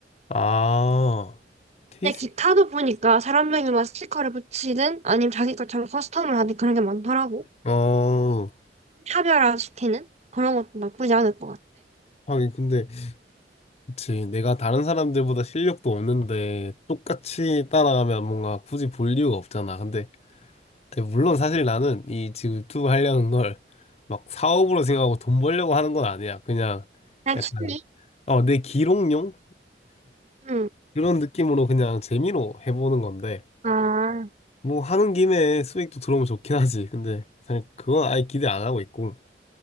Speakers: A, on the left (about 35°); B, on the right (about 40°).
A: 아, 테이스?
B: 근데 기타도 보니까 사람들이 막 스티커를 붙이든, 아니면 자기 것처럼 커스텀을 하든 그런 게 많더라고.
A: 어,
B: 차별화시키는 그런 것도 나쁘지 않을 것 같아.
A: 하긴 근데, 그치. 내가 다른 사람들보다 실력도 없는데 똑같이 따라가면 뭔가 굳이 볼 이유가 없잖아. 근데 근데 물론 사실 나는 이 지금 유튜브 하려는 걸 막 사업으로 생각하고 돈 벌려고 하는 건 아니야. 그냥
B: 그냥
A: 약간
B: 취미?
A: 어, 내 기록용
B: 응.
A: 이런 느낌으로 그냥 재미로 해보는 건데
B: 아,
A: 뭐 하는 김에 수익도 들어오면 좋긴 하지. 근데 사실 그건 아예 기대 안 하고 있고.